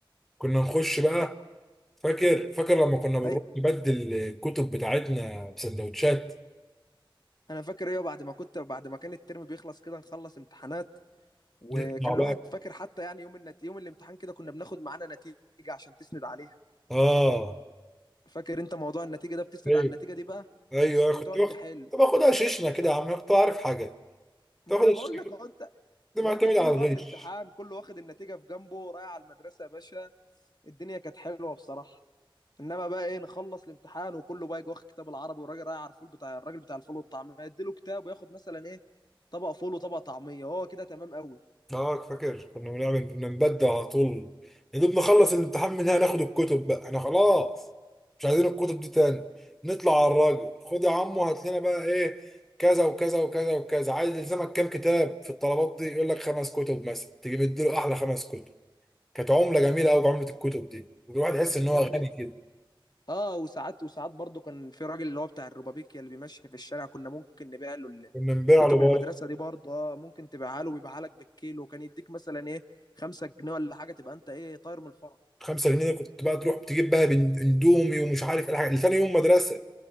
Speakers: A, in the centre; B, on the left.
A: كنا نخش بقى
B: هي
A: فاكر فاكر لما كنا بنروح
B: هي
A: نبدل الكتب بتاعتنا بسندوتشات
B: انا فاكر ايه بعد ما كنت بعد ما كان الترم بيخلص كده نخلص امتحانات وكان
A: نطلع بقى
B: الواحد فاكر حتى يعني يوم النت... يوم الامتحان كده كنا بناخد معانا نتيجة عشان تسند عليها
A: اه
B: فاكر انت موضوع النتيجة ده بتسند
A: ايوه
B: على النتيجة دي بقى
A: ايوه
B: وتقعد
A: كنت باخد
B: تحل
A: كنت باخدها شيشنا كده يا عم كنت عارف حاجه كنت
B: ما
A: باخدها
B: انا بقول
A: شيشنا
B: لك
A: كده
B: اهو
A: كنت
B: ما
A: معتمد
B: هو انت كله
A: على الغش
B: راح الامتحان كله واخد النتيجه في جنبه رايح على المدرسه يا باشا الدنيا كانت حلوه بصراحه انما بقى ايه نخلص الامتحان وكله بقى يجي واخد كتاب العربي والراجل رايح على الفول بتاع الراجل بتاع الفول والطعميه يديله كتاب وياخد مثلا ايه طبق فول وطبق طعميه هو كده تمام قوي
A: اه فاكر كنا بنعمل كنا نبدل على طول يا دوب نخلص الامتحان من هنا ناخد الكتب بقى انا خلاص مش عايزين الكتب دي تاني نطلع على الراجل خد يا عم وهات لنا بقى ايه كذا وكذا وكذا وكذا عايز يلزمك كام كتاب في الطلبات دي يقول لك خمس كتب مثلا تيجي مديله احلى خمس كتب كانت عمله جميله قوي عمله الكتب دي والواحد يحس ان
B: يا
A: هو
B: ابني
A: غني كده
B: اه وساعات وساعات برضو كان في راجل اللي هو بتاع الروبابيكيا اللي بيمشي في الشارع كنا ممكن نبيع له ال-
A: كنا نبيع
B: كتب
A: له بقى
B: المدرسه دي برضو اه ممكن تبيعها له ويبيعها لك بالكيلو وكان يديك مثلا ايه خمسة جنيه ولا حاجه تبقى انت ايه طاير من الفرح
A: 5 جنيه ده كنت بقى تروح تجيب بقى بن- اندومي ومش عارف ايه الحاجات لتاني يوم مدرسه